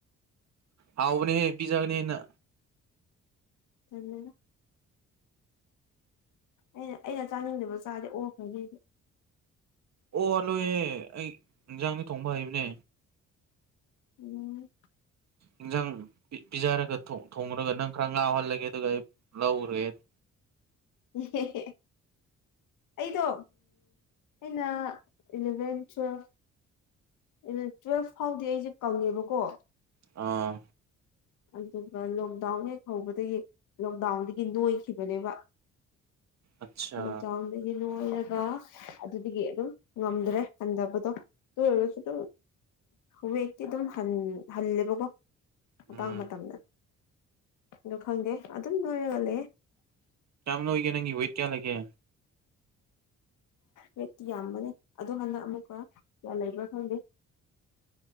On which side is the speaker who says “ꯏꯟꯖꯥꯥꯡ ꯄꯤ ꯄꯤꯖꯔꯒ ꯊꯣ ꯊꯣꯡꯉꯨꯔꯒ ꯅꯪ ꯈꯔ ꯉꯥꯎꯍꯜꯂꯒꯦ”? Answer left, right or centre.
Right